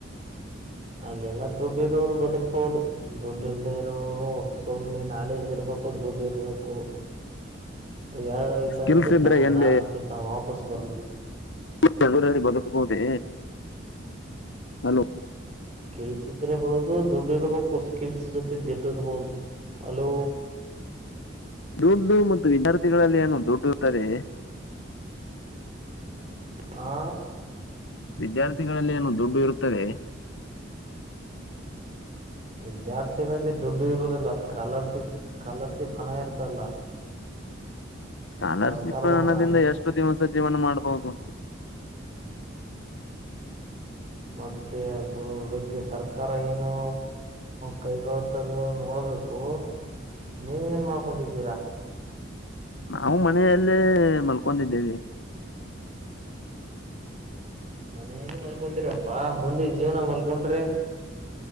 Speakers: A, on the right (about 35°); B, on the left (about 75°).
A: ಅಲ್ಲೆಲ್ಲಾ ದುಡ್ಡಿ ಇರೋರು ಬದುಕ್ಬಹುದು ದುಡ್ಡು ಇಲ್ದ ಇರೋರು ಸುಮ್ಮ್ನೆ ನಾಲೇಜ್ ಇರ್ಬು ತಪದ ದುಡ್ಡಿ ಇರಬೇಕು ಇರಡ ಇಲ್ಲಾಂದ್ರೆ
B: ಸ್ಕಿಲ್ಸ್ ಇದ್ರೆ
A: ತಮ್ಮ
B: ಏನ್
A: ಗ್ರಾಮಕ್ಕೆ ತಾವು ವಾಪಸ್ ಬರ್ಬು
B: ಬೆಗಳೂರಲ್ಲಿ ಬದುಕಬಹುದೇ ಹಲೋ
A: ಕಿಲ್ಸ ಇದ್ರರಬಹುದು ದುಡ್ಡಿ ಇರ್ಬೇಕು ಸ್ಕಿಲ್ ದಟ ಅಲೋ
B: ದುಡ್ಡು ಮತ್ತು ವಿದ್ಯಾರ್ಥಿಗಳಲ್ಲಿ ಏನು ದುಡ್ಡುತ್ತರೆ
A: ಹಾ
B: ವಿದ್ಯಾರ್ಥಿಗಳಲ್ಲಿ ಏನ ದುಡ್ಡು ಇರುತ್ತದೆ
A: ವಿದ್ಯಾರ್ಥಿಗಳಲ್ಲಿ ದುಡ್ಡು ಇರುೋದಿಲ್ಲ ಸ್ಕಾಲರ್ಫಿ ಸ್ಕಾಲರ್ಶಿಪ್ ಹಣ ಇರ್ತಲ್ಲ
B: ಸ್ಕಾಲರ್ಶಿಪ್
A: ಸರ್ಕಾರದ
B: ಹಣದಿಂದ
A: ಹಣ
B: ಎಷ್ಟು ದಿವಸ ಜೀವನ ಮಾಡ್ಬಹುದು
A: ಮತ್ತೆ ಅದ ಬಗ್ಗೆ ಸರ್ಕಾರ ಏನು ಕೈಗೊಳ್ಳತದ ನೋಡ ಸರ್ಬೋ ನೀವ ಏನು ಮಾಡ್ಕೊಂಡಿದ್ದೀರಾ
B: ನಾವು ಮನೆಯಲ್ಲೇ ಮಲ್ಕೊಂಡಿದ್ದೇವೆ
A: ಮನೇಲಿ ಮಲ್ಕೊಂಡಿರಪ್ಪಾ ಮುಂದೆ ಜೀವನ ಮಲ್ಕೊಂಡ್ರೆ